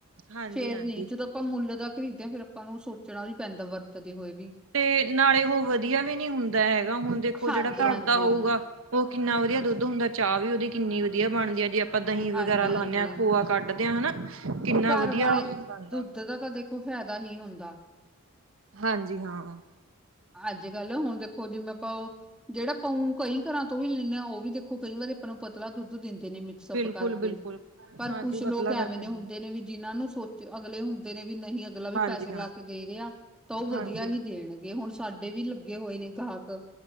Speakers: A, on the right; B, in the centre.
A: ਹਾਂਜੀ-ਹਾਂਜੀ
B: ਫੇਰ ਨੀ ਜਦੋਂ ਆਪਾਂ ਮੁੱਲ ਦਾ, ਖਰੀਦਿਆ ਫੇਰ ਆਪਾਂ ਨੂੰ ਸੋਚਣਾ ਵੀ ਪੈਂਦਾ ਵਰਤ ਹੋਏ ਵੀ,
A: ਤੇ ਨਾਲੇ ਉਹ ਵਧੀਆ ਵੀ ਨਹੀਂੀ ਹੁੰਦਾ ਹੈਗਾ ਹੁਣ ਦੇਖੋ
B: ਹਾਂਜੀ-ਹਾਂਜੀ।
A: ਜਿਹੜਾ ਘਰ ਦਾ ਹੋਊਗਾ ਉਹ ਕਿੰਨਾ ਵਧੀਆ ਦੁੱਧ ਹੁੰਦਾ ਚਾਹ ਵੀ ਉਹਦੀ ਕਿੰਨੀ ਵਧੀਆ ਬਣਦੀ ਹੈ ਜੇ ਆਪ ਆਪਾਂ ਦਹੀਂ ਵਗੈਰਾ
B: ਹਾਂਜੀ-ਹਾਂਜੀ
A: ਲਾਂਦੇ ਹਾਂ ਭੋਆ ਕੱਢ ਪਦੇ ਹ ਹਨਾ ਕਿੰਨਾ
B: ਘਰ
A: ਵਧੀਆ
B: ਵਾਲੇ
A: ਬਣਦਾ
B: ਦੁੱਧ ਦਾ ਤਾਂ ਦੇਖੋ ਫਾਇਦਾ ਹੀ ਹੁੰਦਾ ਦਾ
A: ਹਾਂਜੀ- ਹਾਂ।
B: ਅੱਜ-ਕੱਲ ਹੁਣ ਦੇਖੋ ਜਿਵੇ ਪਊ ਜਿਹੜਾ ਪਊ ਕਈ ਘਰਾਂ ਤੋਂ ਵੀ ਲਾਂਦੇ ਹਾਂ ਉਹ ਵੀ ਦੇਖੋ ਕਈ ਵਾਰੀ ਆਪਾਂ ਨੂੰ ਪਤਲਾ ਦੁੱਧ ਦਿੰਦੇ। ਨੇ ਮਿਕਸ ਅਪ
A: ਬਿਲਕੁਲ
B: ਕਰਕੇ,
A: ਬਿਲਕੁਲ
B: ਪਰ
A: ਹਾਂਜੀ
B: ਕੁੱਛ ਲੋਕ
A: ਪਤਲਾ ਕਰ
B: ਐਵੇਂ
A: ਦਿੰਦੇ
B: ਦੇ ਹੁੰਦੇ ਨੇ ਵੀ ਜਿਹਨਾਂ ਨੂੰ ਸੋਚ ਅਗਲੇ ਹੁੰਦੇ ਨੇ ਵੀ ਨਹੀਂ ਅਗਲਾ ਵੀ
A: ਹਾਂਜੀ
B: ਪੈਸੇ ਲਾ
A: ਹਾਂ
B: ਕੇ ਦੇ ਰਿਹਾ, ਤਾਂ ਉਹ
A: ਹਾਂਜੀ
B: ਵਧੀਆ ਹੀ
A: ਹਾਂ
B: ਦੇਣਗੇ ਹੁਣ। ਸਾਡੇ ਵੀ ਲੱਗੇ ਹੋਏ ਨੇ ਗਾਹਕ